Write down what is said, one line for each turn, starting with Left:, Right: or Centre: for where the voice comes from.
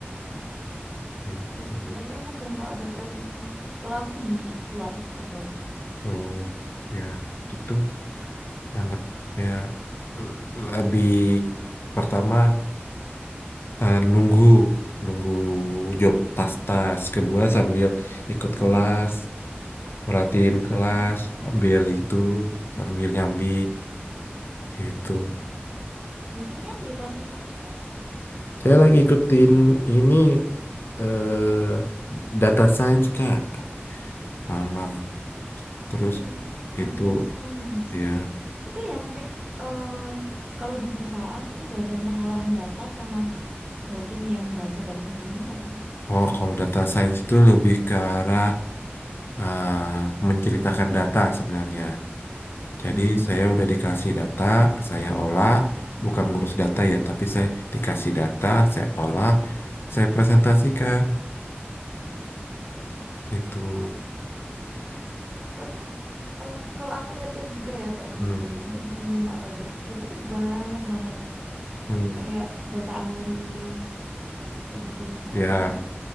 Left: gitu
Right: Oh, tapi enak dong kak ada treadmill kalau aku di luar outdoor
Left: oh ya gitu anak ya l- lebih pertama eh, nunggu nunggu job tas-tas kedua sambil ikut
Right: Hmm?
Left: kelas merhatiin kelas
Right: Hmm.
Left: ambil itu sambil nyambi itu
Right: biasanya ambil kelas apa aja kak
Left: Saya lagi ikutin ini eh data science Kak malam. Terus
Right: oh data
Left: itu
Right: science
Left: ya
Right: itu yang kayak eh kalau di perusahaan itu bagian pengolahan data sama bagian yang baca datanya gimana nggak sih kak
Left: oh kalau data science itu lebih ke arah eh, menceritakan data sebenarnya. Jadi
Right: Mhm,
Left: saya udah dikasih data, saya olah,
Right: mhm.
Left: bukan ngurus data ya, tapi saya dikasih data, saya olah, saya presentasikan itu.
Right: Soalnya eh, kalau aku lihat-lihat juga ya kayak
Left: Hmm.
Right: di LinkedIn atau Jobstreet itu banyak banget
Left: Hmm.
Right: kayak data analis kayak gitu sama
Left: Ya,
Right: nggak sih kak?